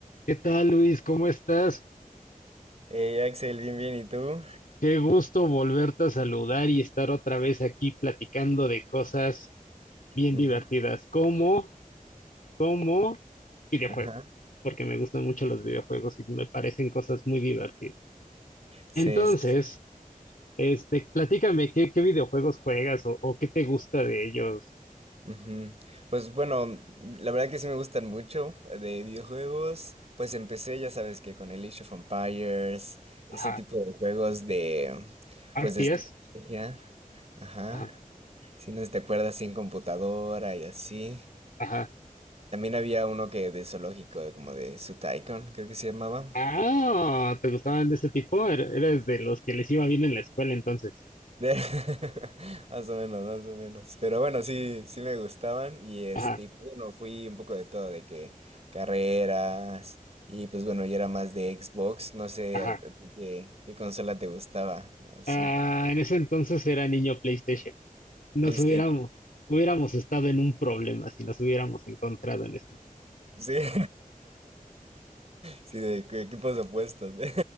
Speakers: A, on the left (about 70°); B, on the right (about 45°).
A: ¿Qué tal, Luis? ¿Cómo estás?
B: Hey Axel, bien, bien, ¿y tú?
A: Qué gusto volverte a saludar y estar otra vez aquí platicando de cosas bien
B: Ujú,
A: divertidas, como, como videojuegos,
B: Ajá.
A: porque me gustan mucho los videojuegos y me parecen cosas muy divertidas.
B: Sí,
A: Entonces,
B: sí. sí.
A: este, platícame qué, qué videojuegos juegas o, o qué te gusta de ellos.
B: Ujú. Pues bueno, la verdad que sí me gustan mucho eh, de videojuegos. Pues empecé, ya sabes que con el Age of Empires, ese
A: Ajá,
B: tipo de juegos de,
A: ¿RTS?
B: pues de estrategia. Ajá.
A: Ajá,
B: Si no sé si te acuerdas, así en computadora y así.
A: ajá.
B: También había uno que de zoológico, de como de Sutaikon, creo que se llamaba.
A: Ah, ¿te gustaban de ese tipo? Er- Eres de los que les iba bien en la escuela entonces.
B: <laughs> Más o menos, más o menos. Pero bueno, sí, sí me gustaban. Y este,
A: Ajá.
B: y pues bueno, fui un poco de todo, de que carreras. Y pues bueno, yo era más de Xbox. No sé
A: Ajá.
B: a- a ti qué, qué consola te gustaba o así.
A: Ah, en ese entonces era niño PlayStation. Nos
B: PlayStation.
A: hubiéramos, hubiéramos estado en un problema si nos hubiéramos encontrado en ese.
B: Sí. <laughs> Sí, de equ- equipos opuestos. <laughs>